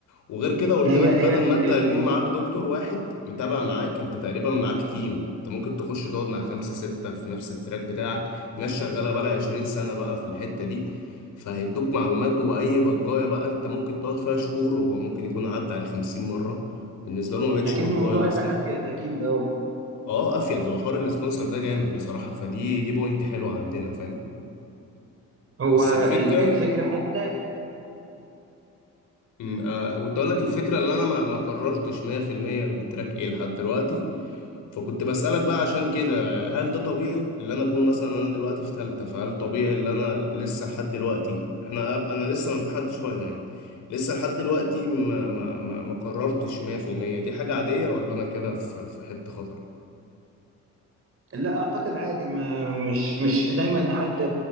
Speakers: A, on the left (about 80°); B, on the right (about 50°).
A: وغير كده قلت
B: هي
A: لك
B: هي
A: بدل
B: ال...
A: ما انت
B: ال...
A: هيكون معاك دكتور واحد متابع معاك انت تقريبا معاك تيم انت ممكن تخش تقعد مع خمسة ستة في نفس التراك بتاعك ناس شغالة بقى 20 سنة بقى في الحتة دي فهيدوك معلومات وأي بجاية بقى انت ممكن تقعد فيها شهور هو ممكن يكون عدى عليه 50 مرة بالنسبة له ما بقتش
B: اكيد
A: بجاية
B: الموضوع
A: أصلا
B: يبقى افيد اكيد اه
A: اه افيد هو حوار السبونسر ده جامد بصراحه فدي دي بوينت حلوه عندنا فاهم
B: هو
A: بس الفكره
B: ال- الفكره حتى
A: م- آه كنت اقول لك الفكره اللي انا ما ما قررتش 100% التراك ايه لحد دلوقتي فكنت بسالك بقى عشان كده هل ده طبيعي اللي انا اكون مثلا انا دلوقتي في ثالثه فهل طبيعي اللي انا لسه لحد دلوقتي احنا أب- انا لسه ما امتحنتش فاينل يعني لسه لحد دلوقتي ما ما ما ما قررتش 100% دي حاجه عاديه ولا انا كده في في حته خطر
B: لا اعتقد عادي ما مش مش دايما حد